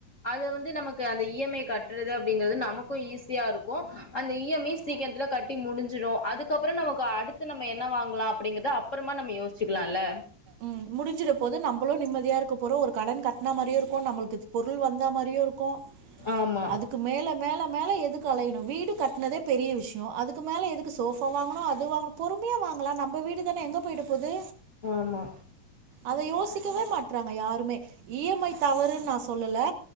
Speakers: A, on the left; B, on the right.
A: அது வந்து நமக்கு அந்த இ எம் ஐ கட்டுறது அப்டிங்குறது நமக்கு ஈஸியா இருக்கு அந்த இ எம் ஐ சீக்கிரத்தில கட்டி முடிஞ்சிடு அதுக்கப்புறோ நமக்கு அடுத்து நம்ம என்ன வாங்குலா அப்டிங்கிறத அப்றமா நம்ம யோசிச்சுக்கலால்ல
B: ம் முடிஞ்சிட போது நம்பளு நிம்மதியா இருக்க போறோ ஒரு கடன் கட்ன மாரியு இருக் இப்ப நம்மளுக்கு பொருள் வந்தா மாரியு இருக்கு
A: ஆமா
B: அதுக்கு மேல மேல மேல எதுக்கு அலையணு வீடு கட்னதே பெரிய விஷயோ அதுக்கு மேல எதுக் சோஃவா வாங்கணு அது வாங்கு பொறுமையா வாங்கலா நம்ம வீடு தான எங்க போய்ட போது
A: ஆமா
B: அத யோசிக்கவே மாட்றாங்க யாருமே இ எம் ஐ தவறுன் நா சொல்லல